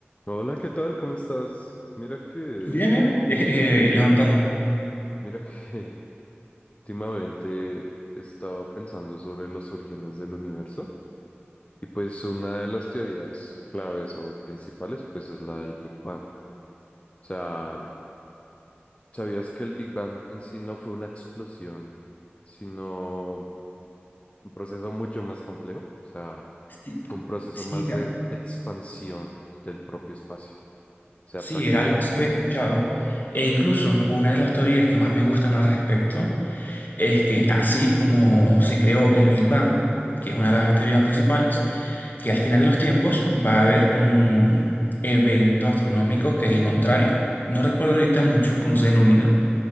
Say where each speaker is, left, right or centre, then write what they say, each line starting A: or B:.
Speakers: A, on the left; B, on the left.
A: Hola, ¿qué tal? ¿Cómo estás? Mira que,
B: Bien, bien, <laughs> eh, levantándome.
A: mira que <laughs> últimamente estaba pensando sobre los orígenes del universo y pues una de las teorías claves o principales pues es la del Big Bang. O sea, ¿sabías que el Big Bang en sí no fue una explosión, sino un proceso mucho más complejo? O sea,
B: Sí,
A: fue un proceso
B: sí,
A: más de expansión del propio espacio. O sea,
B: sí,
A: prácticamente,
B: algo se había escuchado. E incluso una de las teorías que más me gustan al respecto es que así como se creó el Big Bang, que es una de las teorías principales, que al final de los tiempos va a haber un evento astronómico que es el contrario. No recuerdo ahorita mucho cómo se denomina,